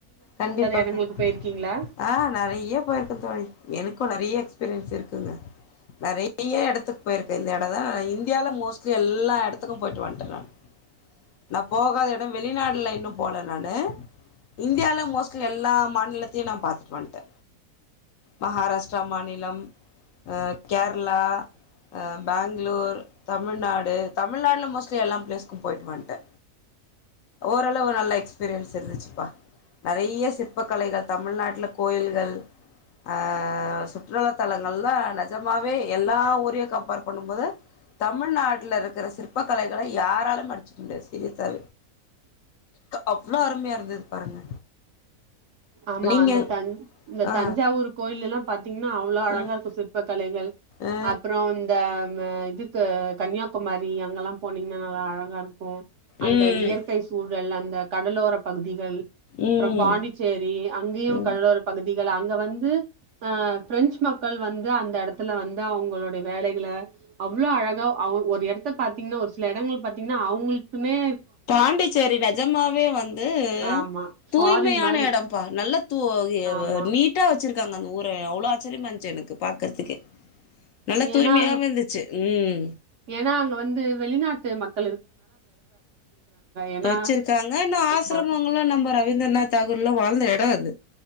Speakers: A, on the left; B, on the right.
A: கண்டிப்பா
B: இடங்களுக்கு
A: தோழி
B: போயிருக்கீங்களா
A: ஆ நெறைய போயிருக்க தோழி எனக்கு நெறைய எக்ஸ்பிரியன்ஸு <unintelligible> நறைய எடத்து துட் போயிருக்கு இந்த எடதா இந்தியால மோஸ்ட்லி எல்லா எடத்துக்கு போயிட்டு வன்ட்ட நான் நா போகாத எடோ வெளிநாடுல இன்னு போல நானு இந்தியால மோஸ்ட்லி எல்லா மாநிலத்தயு நா பாத்துட்டு வந்ட்ட மகாராஷ்டிரா மாநிலம் ம் கேரளா ம் பேங்களூர் தமிழ்நாடு தமிழ்நாடுல மோஸ்ட்லி எல்லா ப்ளேஸ்க்கு போய்ட்டு வன்ட்ட ஓரளவு நல்ல எக்ஸ்பீரியன்ஸ் இருந்துச்சுப்பா நறைய சிற்ப கலைகள் தமிழ்நாட்டுல கோயில்கள் அ சுற்றுலா தலங்கள்ல நஜம்மாவே எல்லா ஊரையு கம்பேர் பண்ணும் போது தமிழ்நாட்டுல இருக்கற சிற் சிற்ப கலைகளை யாராலும் அடிச்சுட்க்க முடியாது சரி அ அவ்வளோ அருமையா இருந்தது பாருங்க
B: ஆமா
A: நீங்க
B: அந்த தன் இந்த
A: ஆ
B: தஞ்சாவூர் கோயிலல்லாம் இன்னு அவ்ளோ அழகா
A: ம்
B: இருக்கு சிற்ப கலைகள்
A: ஆ
B: அப்புறோ இந்த இதுக்கு கன்னியாகுமரி அங்கெல்லா போனீங்னா நல்லா அழகா இருக் கு அந்த
A: ம்
B: இயற்கை சூழல் அந் த கடலோர பகுதிகள் அப்புறம்
A: ம்
B: பாண்டி சேரி அங்கேயு
A: ம்
B: கடலோர பகுதி ல அங்க வந்து அ பிரெஞ்சு மக்கள் வந்து அந்த எடத்துல வந்து அவங்களுடை வேலைகள அவ்ள அழகா அவ ஒரு எடத் து பாத்தீங்னா ஒரு சில இடங்கள் பாத்தீங்னா அவங்களுக்குமே
A: பாண்டிச்சேரி நஜமாவே வந்து
B: ஆமா ஃபாரின்
A: தூய்மையான
B: மாரி
A: எடம் ப்பா நல்ல தூ இ
B: ஆமா
A: வ நீட்டா வச் ச்சிருக்காங்க அந்த ஊர அவ்வளோ ஆச்சரியமா இருந்துச்சு எனக்கு பாக்குறதுக்கு நல்ல
B: ஏன்னா
A: தூய்மையாவு
B: அங்க
A: இருந்துச்சு. ம்.
B: ஏன்னா அங்க வந்து வெளிநாட்டு மக் ஏன்னா
A: வச்சிருக்காங்க, இன்னு
B: ஆமா
A: ஆசிரமங்களு நம்ம ரவீந்திரநாத் தாகூர்லா வாழ்ந்த எடம் அது